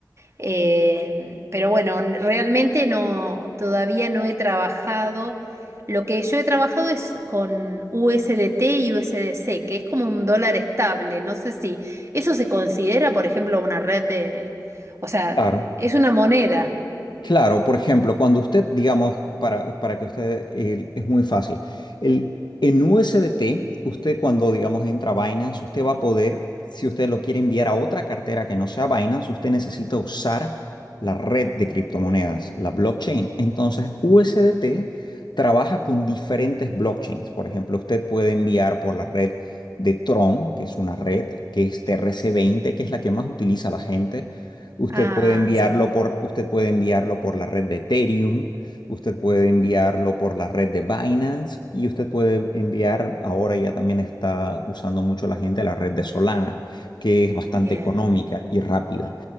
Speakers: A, on the right; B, on the left.
A: eh, pero bueno, n- realmente no, todavía no he trabajado. Lo que yo he trabajado es con USDT y USDC, que es como un dólar estable. No sé si eso se considera, por ejemplo, una red de, o sea,
B: Claro.
A: es una moneda.
B: Claro, por ejemplo, cuando usted, digamos, para, para que usted, el- es muy fácil. El, en USDT, usted cuando, digamos, entra a Binance, usted va a poder, si usted lo quiere enviar a otra cartera que no sea Binance, usted necesita usar la red de criptomonedas, la blockchain. Entonces, USDT trabaja con diferentes blockchains. Por ejemplo, usted puede enviar por la red de Tron, que es una red, que es trc veinte que es la que más utiliza la gente. Usted
A: Ah,
B: puede enviarlo
A: sí,
B: por, usted puede enviarlo por la red de Ethereum, usted puede enviarlo por la red de Binance y usted puede enviar, ahora ya también está usando mucho la gente la red de Solana, que es bastante
A: bien.
B: económica y rápida.